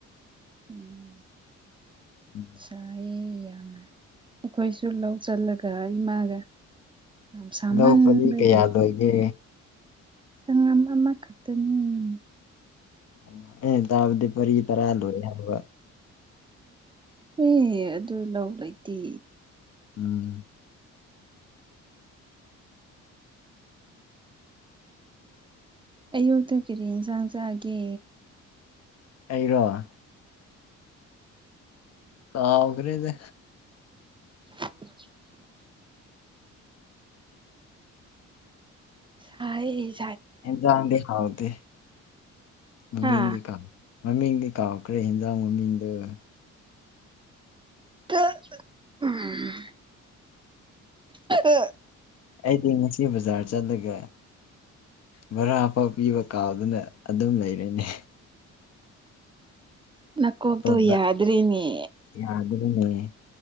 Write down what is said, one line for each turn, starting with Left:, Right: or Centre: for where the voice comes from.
Right: ꯎꯝ
Left: ꯎꯝ
Right: ꯁꯥꯌꯦ ꯑꯩꯈꯣꯏꯁꯨ ꯂꯧ ꯆꯜꯂꯒ ꯏꯃꯥꯒ ꯌꯥꯝ ꯁꯥꯃꯟꯕꯒꯤ
Left: ꯂꯧꯕꯗꯤ ꯀꯌꯥ ꯂꯣꯏꯒꯦ
Right: ꯁꯉꯝ ꯑꯃꯈꯛꯇꯅꯤ
Left: ꯑꯣ ꯑꯦꯟ ꯇꯥꯕꯗꯤ ꯄꯔꯤ ꯇꯔꯥ ꯂꯣꯏ ꯍꯥꯏꯕ
Right: ꯑꯦ ꯑꯗꯨ ꯂꯧ ꯂꯩꯇꯦ
Left: ꯎꯝ
Right: ꯑꯌꯨꯛꯇ ꯀꯔꯤ ꯌꯦꯟꯁꯥꯡ ꯆꯥꯛꯒꯦ
Left: <inaudible> ꯀꯥꯎꯒ꯭ꯔꯦꯗꯥ
Right: <inaudible> ꯁꯥꯏ ꯌꯦ
Left: ꯏꯟꯖꯥꯡꯗꯤ ꯍꯥꯎꯇꯩ ꯃꯃꯤꯗꯤ
Right: ꯍꯥ
Left: ꯀꯥ ꯃꯃꯤꯡꯗꯤ ꯀꯥꯎꯈ꯭ꯔꯦ ꯍꯦꯟꯖꯥꯡ ꯃꯃꯤꯡꯗꯨꯣ
Right: ꯑ ꯎꯝ ꯑ
Left: ꯑꯩꯗꯤ ꯏꯆꯦ ꯕꯖꯥꯔ ꯆꯠꯂꯒ ꯚꯔꯥꯐꯥꯎ ꯄꯤꯕ ꯀꯥꯎꯗꯨꯅ ꯑꯗꯨꯝ ꯂꯩꯔꯅꯦ
Right: <inaudible> ꯅꯀꯣꯕꯗꯣ
Left: ꯑꯣꯇꯣ ꯗ꯭ꯔꯥꯏ
Right: ꯌꯥꯗ꯭ꯅꯤ
Left: ꯌꯥꯗ꯭ꯔꯦꯅꯦ